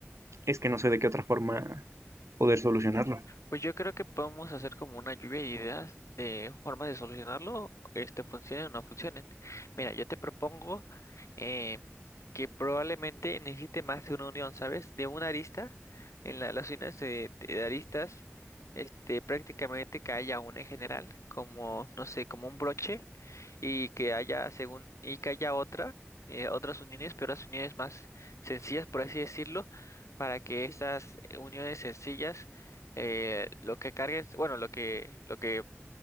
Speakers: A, on the right; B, on the left.
A: es que no sé de qué otra forma poder solucionarlo.
B: Pues yo creo que podemos hacer como una lluvia de ideas de formas de solucionarlo, este funcione o no funcione. Mira, yo te propongo eh, que probablemente necesite más de una unión, ¿sabes? De una arista, en la- las uniones de, de aristas, este, prácticamente que haya una en general, como, no sé, como un broche, y que haya según, y que haya otra, eh, otras uniones, pero las uniones más sencillas, por así decirlo, para que esas eh, uniones sencillas eh, lo que cargues, bueno, lo que, lo que